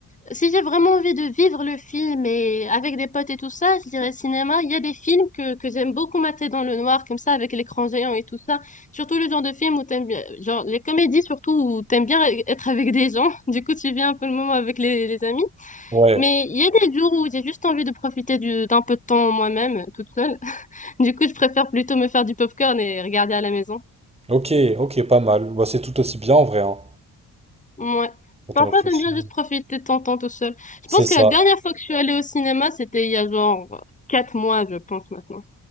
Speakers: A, on the left (about 20°); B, on the right (about 15°).
A: Si j'ai vraiment envie de vivre le film et avec des potes et tout ça, je dirais cinéma. Il y a des films que, que j'aime beaucoup mater dans le noir, comme ça, avec l'écran géant et tout ça. Surtout le genre de film où t'aimes bien, genre les comédies surtout où t'aimes bien être avec des gens. <laughs> Du coup, tu viens un peu le moment avec les, les amis.
B: Ouais.
A: Mais il y a des jours où j'ai juste envie de profiter du- d'un peu de temps moi-même, toute seule. Du coup, je préfère plutôt me faire du popcorn et regarder à la maison.
B: Ok, ok, pas mal. Bah, c'est tout aussi bien en vrai, hein,
A: Ouais.
B: quand
A: Parfois,
B: on réfléchit.
A: t'aimes bien juste profiter de ton temps tout seul. Je
B: C'est
A: pense
B: ça.
A: que la dernière fois que je suis allée au cinéma, c'était il y a genre 4 mois, je pense maintenant.